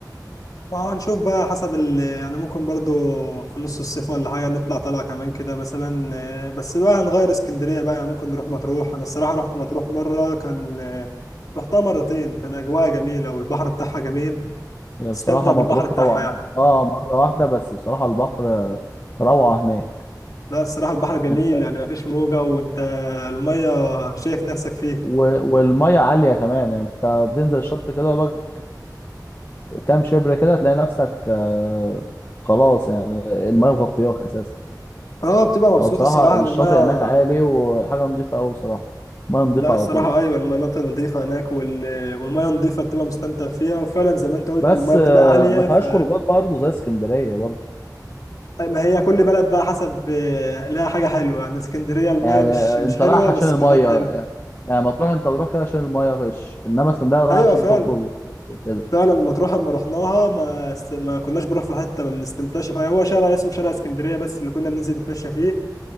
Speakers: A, on the left; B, on the left.
A: ما هو هنشوف بقى حسب ال يعني ممكن برضو في نص الصيف ولا حاجة نطلع طلعة كمان كده مثلا آه، بس بقى هنغير اسكندرية بقى يعني ممكن نروح مطروح أنا الصراحة رحت مطروح مرة كان آه، رحتها مرتين كان أجواءها جميلة والبحر بتاعها جميل
B: هي
A: تستمتع
B: بصراحة
A: بالبحر
B: مطروح
A: بتاعها
B: روعة أنا
A: يعني
B: رحتها مرة واحدة بس بصراحة البحر آه، روعة هناك
A: لا الصراحة البحر جميل
B: انت
A: يعني مفيش موجة وأنت المية شايف نفسك فيه
B: و... والمية عالية كمان يعني. انت بتنزل الشط كده وبك كام شبر كده تلاقي نفسك آه، خلاص يعني المايه مغطياك اساسا
A: اه بتبقى مبسوط
B: هو بصراحه
A: الصراحة
B: الشاطئ
A: إن المية
B: هناك عالي وحاجه نظيفه قوي بصراحه ميه نظيفه
A: لا الصراحة
B: على طول
A: أيوة المناطق نظيفة هناك وال... والمية نظيفة بتبقى مستمتع فيها وفعلا زي ما أنت قلت
B: بس
A: المية بتبقى
B: آه،
A: عالية
B: ما فيهاش
A: ف
B: خروجات برضه زي اسكندريه برضه
A: طيب، ما هي كل بلد بقى حسب آه، لها حاجة حلوة يعني اسكندرية المية
B: يعني
A: مش
B: آه،
A: مش
B: انت
A: حلوة
B: رايح عشان
A: بس
B: المايه
A: خروجات حلوة
B: يعني ما تروح انت تروح كده عشان المايه فيش انما اسكندريه رايح
A: أيوة
B: عشان
A: فعلا
B: تخرج وكده
A: فعلا مطروح لما رحناها ما است... ما كناش بنروح في حتة ما بنستمتعش فيها هو شارع اسمه شارع اسكندرية بس اللي كنا بننزل نتمشى فيه